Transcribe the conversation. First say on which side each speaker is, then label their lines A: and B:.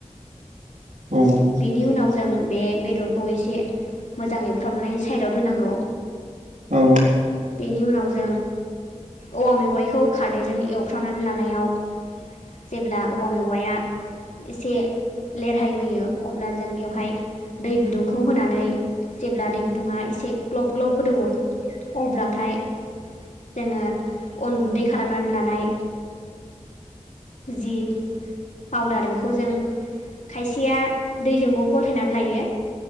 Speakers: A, on the right (about 85°); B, on the left (about 85°).
A: औ औ।
B: बिनि उनाव जों बे बेदरखौ एसे मोजां एवफ्रामनै साइडआव दोनांगौ।
A: औ
B: बेनि उनाव जों औवा मेवाइखौ खारदैजों एवफ्रामनानै लानायाव जेब्ला औवा मेवाइया एसे लेरहाय होैयो जों बेयाववहाय दै गुदुंखौ होनानै जेब्ला दै गुदुङा एसे ग्लब ग्लब गोदौवो अब्लाथाय जोङो अन गुन्दै खालामनानै लानाय जि पाउदार बेखौ जों खायसेया दैजोंबो गलहायनानै लायो